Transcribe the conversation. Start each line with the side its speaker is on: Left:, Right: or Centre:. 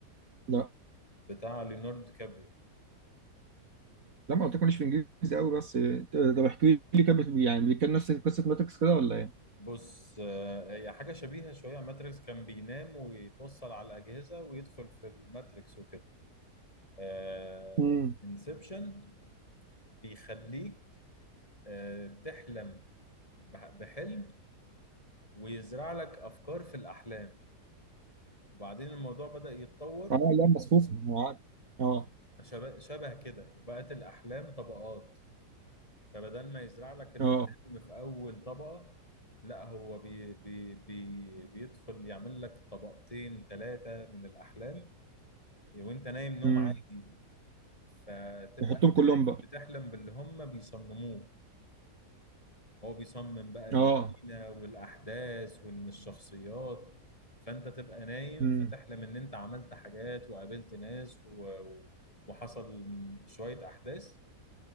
Right: لا
Left: بتاع ليوناردو كابريو
Right: لا ما قلت لكم ليش في انجليزي قوي بس إيه، طب احكي لي كان بت- يعني بيتكلم نفس قصه ماتريكس كده ولا ايه؟
Left: بص آه، هي حاجه شبيهه شويه ماتريكس كان بينام ويتوصل على الاجهزه ويدخل في الماتريكس وكده آه
Right: امم
Left: انسبشن بيخليك آه، تحلم بح- بحلم ويزرع لك افكار في الاحلام وبعدين الموضوع بدأ يتطور
Right: اه لا مصفوفه عادي. اه
Left: شبه, شبه كده وبقت الأحلام طبقات فبدل ما يزرع لك الحلم
Right: اه
Left: في أول طبقة لا هو بي بي بي بيدخل يعمل لك طبقتين ثلاثة من الأحلام وأنت نايم نوم
Right: امم
Left: عادي فتبقى
Right: يحطهم
Left: أنت
Right: كلهم
Left: نايم
Right: بقى
Left: بتحلم باللي هم بيصمموه هو بيصمم بقى المدينة
Right: اه
Left: والأحداث وإن الشخصيات فأنت تبقى نايم
Right: امم
Left: فتحلم إن أنت عملت حاجات وقابلت ناس و... و- وحصل شوية أحداث